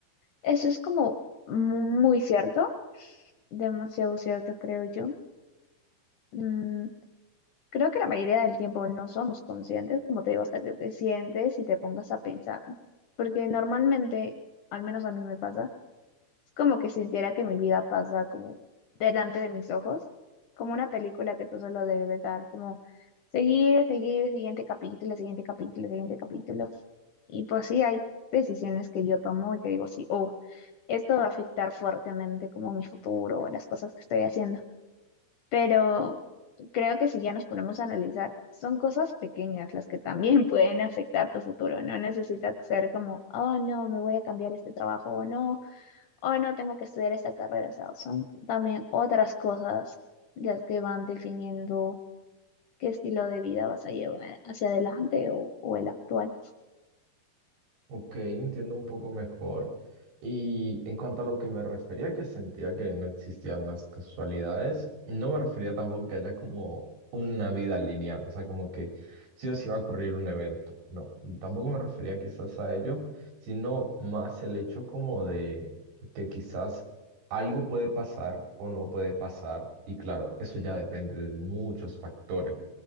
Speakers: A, on the left; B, on the right.
A: Eso es como mu- muy cierto, demasiado cierto creo yo. Mm, creo que la mayoría del tiempo no somos conscientes, como te digo, hasta que te sientes y te pongas a pensar. Porque normalmente, al menos a mí me pasa, Es como que sintiera que mi vida pasa como delante de mis ojos, como una película que tú solo debes dar, como seguir, seguir, siguiente capítulo, siguiente capítulo, siguiente capítulo. Y pues sí, hay decisiones que yo tomo y que digo, sí, oh, esto va a afectar fuertemente como mi futuro o las cosas que estoy haciendo. Pero creo que si ya nos ponemos a analizar, son cosas pequeñas las que también <laughs> pueden afectar tu futuro. No necesita ser como, oh, no, me voy a cambiar este trabajo o no hoy no tengo que estudiar esta carrera, o sea, son también otras cosas las que van definiendo qué estilo de vida vas a llevar hacia adelante o, o el actual.
B: Ok, entiendo un poco mejor. Y en cuanto a lo que me refería, que sentía que no existían las casualidades, no me refería tampoco que haya como una vida lineal, o sea, como que sí o sí va a ocurrir un evento. No, tampoco me refería quizás a ello, sino más el hecho como de que quizás algo puede pasar o no puede pasar, y claro, eso ya depende de muchos factores